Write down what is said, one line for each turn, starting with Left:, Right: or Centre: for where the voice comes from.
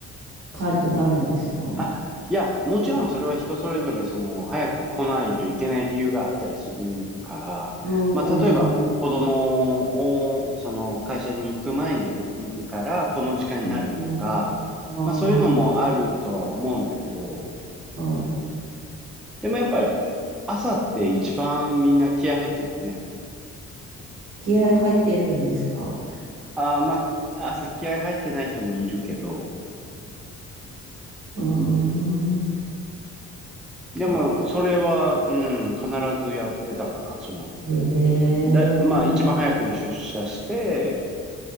Right: 感じがあるんですか
Centre: あ、いや、もちろんそれは人それぞれ、その、早く来ないといけない理由があったりするから、
Right: うん。
Centre: まあ、例えば、
Right: う
Centre: 子供を、その、会社に行く前に送るから、この時間になるとか、
Right: ん、あ
Centre: まあ、そういうのもあるとは思うんだけど、
Right: あ、はい。
Centre: でもやっぱり、朝って一番みんな気合入ってるよね。
Right: 気合入ってるんですか
Centre: ああ、まあ、朝気合入ってない人もいるけど、
Right: うーん。
Centre: でも、
Right: そっか。
Centre: それは、うん、必ずやってたかな。その、
Right: へえ。
Centre: で、まあ、一番早くに出社して、